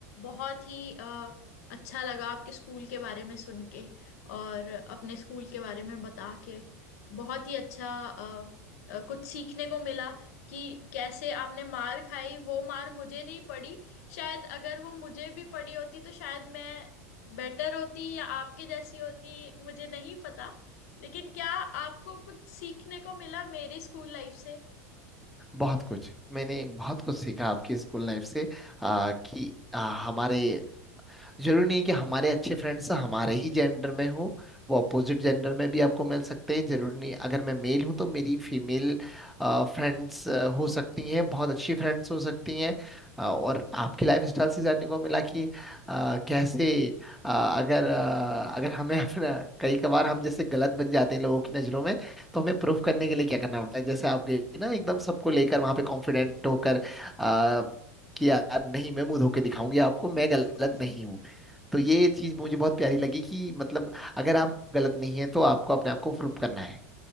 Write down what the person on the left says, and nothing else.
बहुत ही अ, अच्छा लगा आपके स्कूल के बारे में सुन के और अपने स्कूल के बारे में बता के बहुत ही अच्छा अ, अ, कुछ सीखने को मिला कि कैसे आपने मार खाई वो मार मुझे नहीं पड़ी शायद अगर वो मुझे भी पड़ी होती तो शायद मैं बेटर होती या आपके जैसी होती मुझे नहीं पता लेकिन क्या आपको कुछ सीखने को मिला मेरी स्कूल लाइफ से
<laughs>